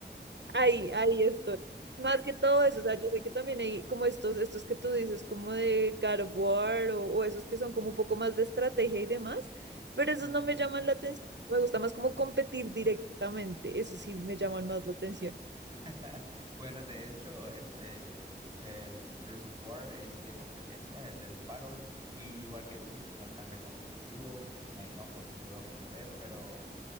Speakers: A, on the right; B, on the right.
A: Ahí, ahí estoy. Más que todo eso, o sea, yo sé que también hay como estos, estos que tú dices, como de God of War o, o esos que son como un poco más de estrategia y demás, pero esos
B: ujú.
A: no me llaman la atención. Me gusta más como competir directamente, eso sí me llaman más la atención.
B: <laughs> Bueno, de hecho, ese el Gears of War es de competencia, es de disparos. Y igual que tú, soy bastante competitivo. Me enojo si llego a perder, pero